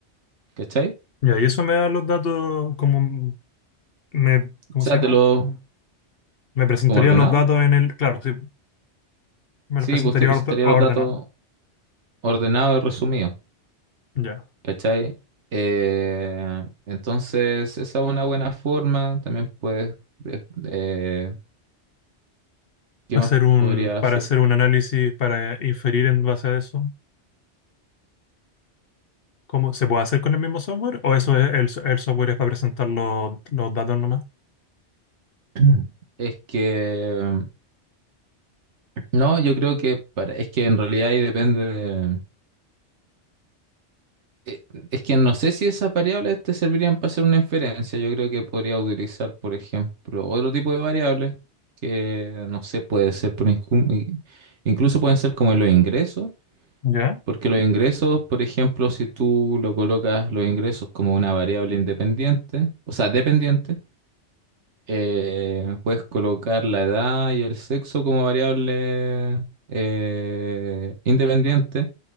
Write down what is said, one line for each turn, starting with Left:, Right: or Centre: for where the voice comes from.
Right: ¿Cachai?
Left: Ya, y eso me da los datos, como me, ¿cómo
Right: O sea,
Left: se llama?
Right: te lo
Left: Me presentaría
Right: como ordenado.
Left: los datos en el, claro, sí, me
Right: Sí,
Left: los presentaría
Right: pues te presentaría
Left: orde- ordenado.
Right: los datos ordenado y resumido,
Left: Ya.
Right: ¿cachai? Eh, entonces, esa es una buena forma. También puedes, de- de- ¿qué
Left: Hacer
Right: más
Left: un,
Right: podría hacer?
Left: para hacer un análisis, para inferir en base a eso, ¿cómo se puede hacer con el mismo software? ¿O eso es, el, so- el software es para presentar los, los datos nomás?
Right: <clears throat> Es que, mm, no, yo creo que para, es que en realidad ahí depende de... eh, Es que no sé si esas variables te servirían para hacer una inferencia. Yo creo que podría utilizar, por ejemplo, otro tipo de variables que, no sé, puede ser, por incu- i- incluso pueden ser como los ingresos
Left: Ya.
Right: Porque los ingresos, por ejemplo, si tú lo colocas los ingresos como una variable independiente, o sea, dependiente, eh, puedes colocar la edad y el sexo como variable eh, independiente